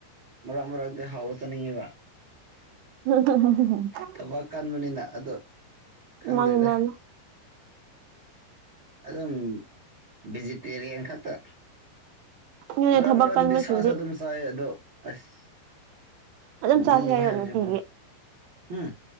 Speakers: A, on the right; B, on the right.
A: ꯃꯔꯛ ꯃꯔꯛꯗ ꯍꯥꯎꯕ ꯆꯥꯅꯤꯡꯉꯦꯕ
B: <unintelligible>
A: ꯊꯕꯛ ꯀꯟꯕꯅꯤꯅ ꯑꯗꯣ ꯈꯪꯗꯦꯗ
B: ꯃꯥꯅꯤ ꯃꯥꯅꯤ
A: ꯑꯗꯨꯝ ꯚꯦꯖꯤꯇꯦꯔꯤꯌꯟ ꯈꯛꯇ
B: ꯑꯗꯨꯅꯦ
A: ꯃꯔꯛ
B: ꯊꯕꯛ
A: ꯃꯔꯛꯇꯗꯤ
B: ꯀꯟꯕꯁꯤꯡꯗꯤ
A: ꯁꯥꯁꯨ ꯑꯗꯨꯝ ꯆꯥꯏ ꯑꯗꯣ ꯑꯁ
B: ꯑꯗꯨꯝ
A: ꯃꯤ
B: ꯆꯥꯁꯦ ꯍꯥꯏꯌꯣ
A: ꯍꯥꯏꯕꯁꯤꯀꯣ
B: ꯅꯨꯡꯇꯤꯒꯤ
A: ꯍꯨꯝ